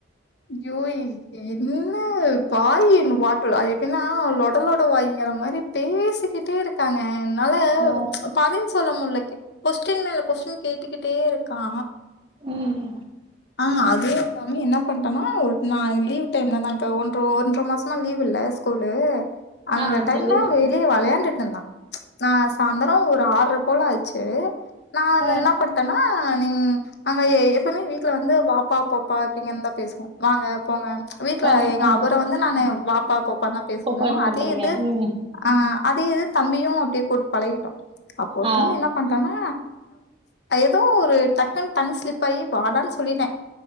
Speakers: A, on the left; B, on the right.
A: ஐய்யோ என்ன வாயி வா எப்பின்னா லொடலொட வாயிங்கற மாரி பேசிக்கிட்டே இருக்காங்க என்னால
B: ஆ
A: பதில் சொல்ல முட்ல கொஸ்டின் மேல கொஸ்டின் கேட்டுக்கிட்டே இருக்கா
B: ம்
A: ஆ அதுவு இல்லாம என்ன பண்டேனா ஒரு நாள் லீவ் டைம்லதா இப்ப ஒன் ஒன்ற மாசமா லீவ் லீவ்வில்ல ஸ்கூல்லு அந்த
B: ஆ
A: டைம்ல
B: தோழி
A: வெளிய வெளாண்டுட்டு இருந்தா நா சாயந்தரோ ஒரு ஆர்ர போல ஆச்சு நா அத
B: ஆ
A: என்ன பண்ணிட்டேன்னா நீங் அங்க எப்பவுமே வீட்ல வந்து வாப்பா போப்பா அப்டிங்கந்தா பேசுவோ வாங்க போங்க வீட்ல
B: வாங்க
A: எங்க
B: ஆ
A: அவர வந்து நானு வாப்பா போப்பா தா பேசுவோமோ
B: போப்பான்னு
A: அதே
B: கூப்புறீங்க
A: இது
B: ம்
A: ஆ அதே இது தம்பியு அப்புடியே கூட்டு பழகிட்டோ அப்போ ஒரு
B: ஆ
A: டைம் என்ன பண் டானா ஏதோ ஒரு டக்குனு டங் ஸ்லிப் ஆயி வாடான்னு சொல்லிட்டே